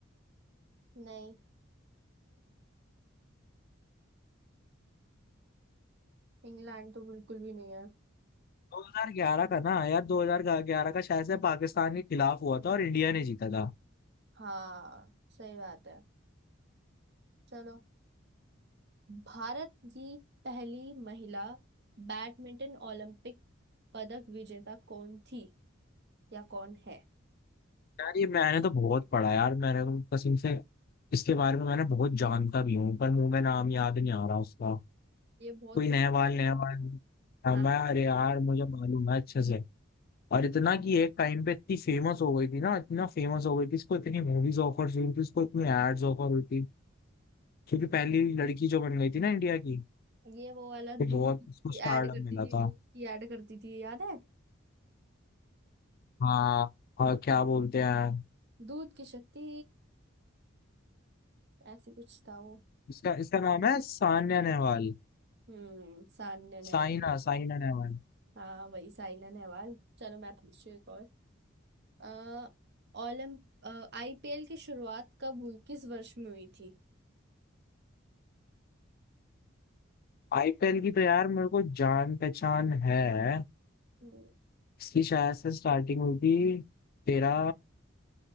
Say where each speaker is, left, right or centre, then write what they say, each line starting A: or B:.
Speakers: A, on the right (about 60°); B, on the left (about 50°).
A: नहीं इंग्लैंड तो बिल्कुल भी नहीं है
B: 2011 का ना यार 2011 का शायद से पाकिस्तान के खिलाफ हुआ था और इंडिया ने जीता था
A: हाँ सही बात है चलो भारत की पहली महिला बैडमिंटन ओलंपिक पदक विजेता कौन थी या कौन है
B: यार ये मैंने तो बहुत पढ़ा यार मैंने तो कसम से इसके बारे में मैंने बहुत जानता भी हूँ पर मुंह में नाम याद नहीं आ रहा उसका
A: ये बहुत
B: कोई
A: फेमस
B: नहवाल नहवाल हाँ,
A: हाँ
B: मैं अरे यार मुझे मालूम है अच्छे से और इतना कि एक टाइम पे इतनी फेमस हो गई थी ना इतना फेमस हो गई थी इसको इतनी मूवीज ऑफर हुई थी इसको इतनी एड्स ऑफर हुई थी क्योंकि पहली लड़की जो बन गई थी ना इंडिया की
A: ये वो वाला दूध
B: तो बहुत
A: की
B: उसको स्टारडम
A: ऐड करती
B: मिला
A: थी
B: था
A: दूध की ऐड करती थी याद है
B: हाँ और क्या बोलते हैं
A: दूध की शक्ति ऐसे कुछ था वो
B: इसका इसका नाम है सान्या नेहवाल
A: हम्म सान्या नेहवाल
B: साइना साइना नेहवाल
A: हाँ वही साइना नेहवाल चलो मैं पूछती हूँ एक और अः ओलंप आईपीएल की शुरुआत कब हुई किस वर्ष में हुई थी
B: आईपीएल की तो यार मेरे को जान पहचान है
A: हम्म,
B: इसकी शायद से स्टार्टिंग हुई थी तेरा